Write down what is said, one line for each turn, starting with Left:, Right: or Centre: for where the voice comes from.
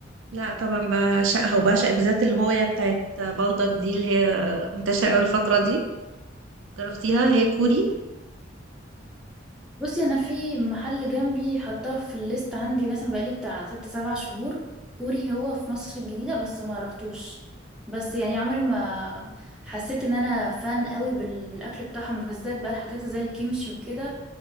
Right: لا طبعا بعشقها وبعشق بالذات اللي هو هي بتاعت بلدك دي اللي هي منتشرة قوي الفترة دي جربتيها هي كوري
Centre: بصي انا في محل جنبي حطاه في الليست عندي مثلا بقالي بتاع ست سبع شهور كوري هو في مصر الجديدة بس ما رحتوش بس يعني عمري ما حسيت ان انا فان قوي بال... بالاكل بتاعهم بالذات بقى الحاجات زي الكيمشي وكده